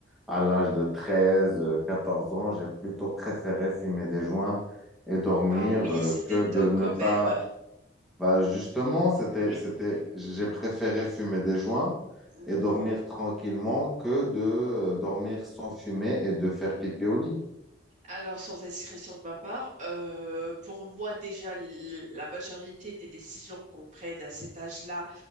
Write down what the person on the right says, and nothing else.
Ah oui,
c'était
tôt
quand
même.
Oui.
Mhm.
Alors, sans indiscrétion de ma part, euh, pour moi déjà, l- la majorité des décisions qu'on prenne à cet âge-là,